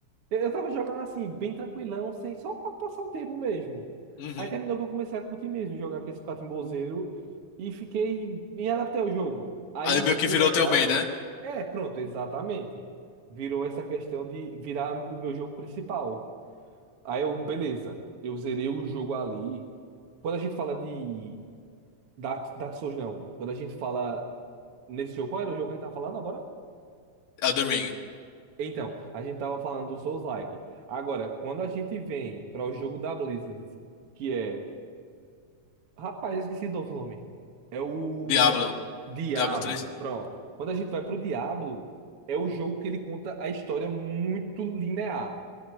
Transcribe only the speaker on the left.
Uhum.
Aí meio que
virou
teu main, né?
Elden Ring.
Diablo.
Diablo três.